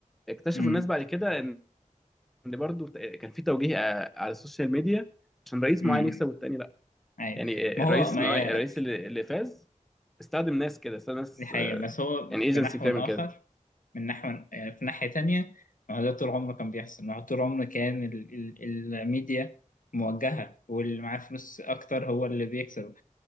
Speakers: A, in the centre; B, on the left (about 80°).
A: اكتشفوا
B: امم
A: الناس بعد كده ان ان برضو ت- كان في توجيه آه، على السوشيال ميديا عشان رئيس
B: امم
A: معين يكسب والتاني لا
B: اي
A: يعني
B: ما
A: آه، الرئيس
B: هو ما
A: مع-
B: هي
A: الرئيس اللي اللي فاز استخدم ناس كده استخدم ناس
B: دي حقيقة
A: آه،
B: بس هو
A: يعني
B: في
A: ايجنسي
B: نحو
A: بتعمل كده
B: آخر من نحو يعني في ناحية تانية ما هو ده طول عمره كان بيحصل ما هو طول عمره كان ال... ال... الميديا موجهة واللي معاه فلوس أكتر هو اللي بيكسب